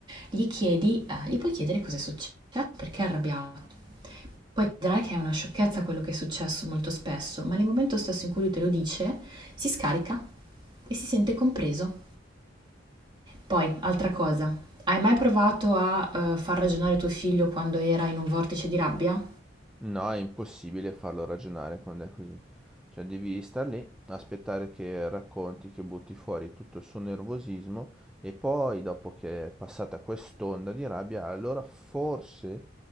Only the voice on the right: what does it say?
gli chiedi ehm, gli puoi chiedere cos'è successo, perché è arrabbiato. Poi vedrai che è una sciocchezza quello che è successo molto spesso, ma nel momento stesso in cui lui te lo dice, si scarica e si sente compreso. Poi, altra cosa, hai mai provato a, ehm, far ragionare tuo figlio quando era in un vortice di rabbia?